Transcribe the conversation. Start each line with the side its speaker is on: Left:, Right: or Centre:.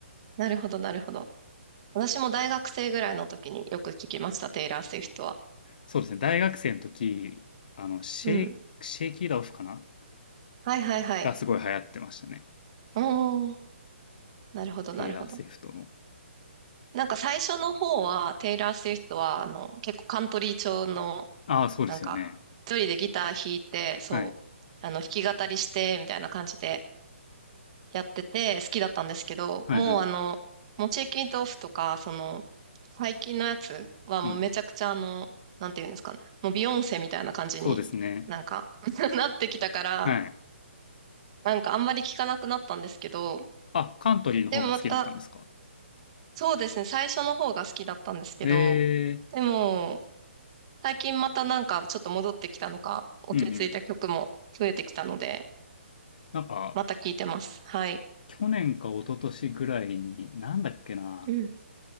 Right: なるほど、なるほど。私も大学生ぐらいの時によく聞きました、テイラー・スウィフトは。
Left: そうですね、大学生の時、あの、シェイ、
Right: うん。
Left: シェイキー・ラオフかな
Right: はいはいはい。
Left: がすごい流行ってましたね。
Right: おお、なるほど、
Left: テイラー・
Right: なるほど。
Left: スウィフトの。
Right: なんか最初の方は、テイラー・スウィフトは、あの、結構カントリー調の、
Left: ああ、そうですよね。
Right: なんか、一人でギター弾いて、そう、
Left: はい。
Right: あの、弾き語りして、みたいな感じでやってて、好きだったんですけど、
Left: はいはい。
Right: もうあの、モチーキントーフとか、その、最近のやつはもうめちゃくちゃあの、
Left: うん。
Right: なんていうんですかね、もうビヨンセみたいな感じになんか
Left: そうですね。
Right: <laughs> なってきたから、
Left: はい。
Right: なんかあんまり聞かなくなったんですけど、
Left: あ、カントリーの方が好きだったんですか
Right: でもまた、そうですね、最初の方が好きだったんですけど、
Left: ええー
Right: でも、最近またなんかちょっと戻ってきたのか、落ち着いた曲も増えてきたので、
Left: うんうん。なんか、
Right: また聴いてます。はい。
Left: 去年か一昨年ぐらいに、なんだっけな、
Right: うん。